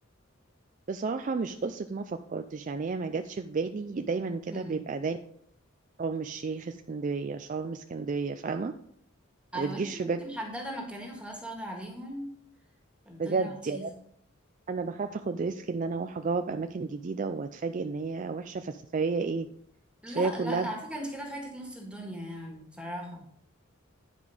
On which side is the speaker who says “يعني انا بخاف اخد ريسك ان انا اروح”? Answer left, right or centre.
Right